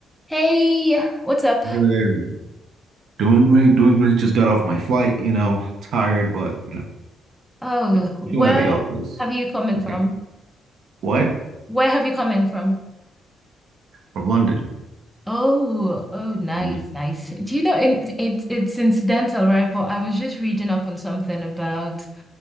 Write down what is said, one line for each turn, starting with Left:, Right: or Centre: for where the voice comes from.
Centre: Hey, what's up?
Right: Really Doing great, doing great. Just got off my flight, you know, tired, but you know,
Centre: Oh,
Right: just
Centre: where
Right: chilling at the office.
Centre: have you come in
Right: Okay.
Centre: from?
Right: What?
Centre: Where have you come in from?
Right: From London.
Centre: Oh, oh, nice,
Right: hmm
Centre: nice. Do you know it, it it's incidental, right? But I was just reading up on something about.